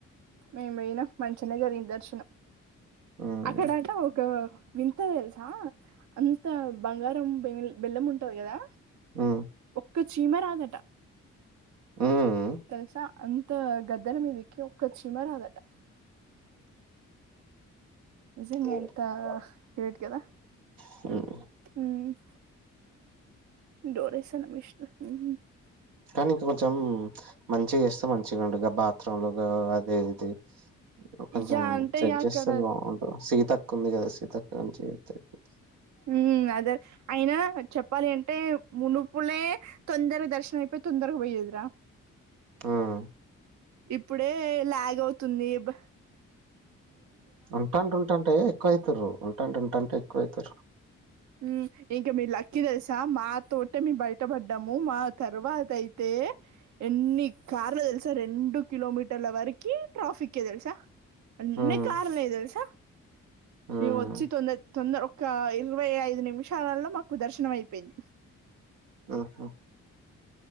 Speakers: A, on the right; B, on the right.
A: మేం బోయినం మన్ చిన్నగరిన్ దర్శనం
B: హ్మ్.
A: అక్కడట ఒకా వింత తెలుసా అంత బంగారం బె బెల్లం ఉంటది గదా
B: ఉమ్
A: క చీమరాదట
B: హ్మ్.
A: తెలుసా అంత గద్దెల మీదిక్కి ఒక్క చీమ రాదట నిజంగా
B: హ్మ్.
A: ఎంత గ్రేట్ కదా
B: ఉం
A: ఉమ్ డోరేషన్ విష్ణు ఉమ్
B: కానీ ఇంక కొంచెం మంచిగ చేస్తే మంచిగా ఉండగా బాత్రూమ్లు గా అది ఇది కొంచెం
A: యా అంటే
B: చెక్
A: అక్కడ
B: చేస్తే బాగుంటు సీతక్ కుంది కదా సీతక్క అని చేయిత్తే అయిపోతది
A: ఊమ్ అదే అయినా చెప్పాలి అంటే మునుపులే తొందరగ్ దర్శనం అయిపోయి తొందరగా పోయేదిరా
B: ఆహ్
A: ఇప్పుడే లాగ్ అవుతుంది బ
B: ఉంటాంటే ఉంటంటే ఎక్కువ అయితూరు ఉంటంటే ఉంటంటే కువైతరు
A: ఊమ్ ఇంకా మీ లక్కి తెలుసా మాతోట మేము బయట పడ్డాము మా తర్వాత అయితే ఎన్ని కార్లు తెలుసా రెండు కిలోమీటర్ల వరకి ట్రాఫిక్కే తెలుసా అన్నీ
B: ఉమ్
A: కార్లే తెలుసా
B: ఉమ్
A: మేం ఒచ్చి తొందర్ తొందర కా ఇల్ ఇరవై ఐదు నిమిషాలల్లో మాకు దర్శనం అయిపోయింది
B: ఉ హుమ్